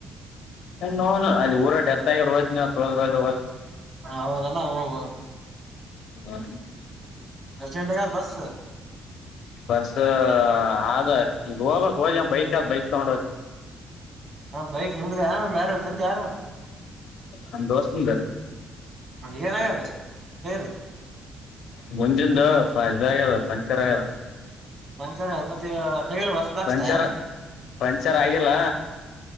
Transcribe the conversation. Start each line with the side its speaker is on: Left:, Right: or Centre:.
Left: ನಿಂನೌನ್ ಅಲ್ಲಿ ಊರಾಗ ದೆತ್ತ್ ಅಗಾರೋ <inaudible>
Right: ಹ ಹೌದಲ್ಲ ಹೋಗದು
Left: ಹ <inaudible>
Right: ಬಸ್ಟ್ಯಾಂಡಗ ಬಸ್ <inaudible>
Left: ಬಸ್ ಆದದ ಈಗ ಹೋಗಕ್ ಹೋೋಗಮ್ಮ ಬೈಕ್ ಆದದ ಬೈಕ್ ತಗೊಂಡ ಹದ <inaudible>
Right: ಬೈಕ್ ನಿಂಬದ ಆ ಮ್ಯಾರ ಚಂದ ಯಾರ
Left: ಅ ದೋಸ್ತ ಆದಾರಿ <inaudible>
Right: ಹ ನದ ಹೇಳನು <inaudible>
Left: ಮುಂದಿಂದ ಪ ಇದಾಗ್ಯಲ್ಲ ಪಂಚರ್ ಆಗ್ಯದಲ್ಲ <inaudible>
Right: ನನ್ಸರಿ ಅದು ಮತ್ತೆ ಟೈರ್ ಹೊಸದ ಹಾಕ್ಸ್ತಾ
Left: ಪಂಚರ್
Right: ಏನ್
Left: ಪಂಚರ್ ಆಗಿಲ್ಲ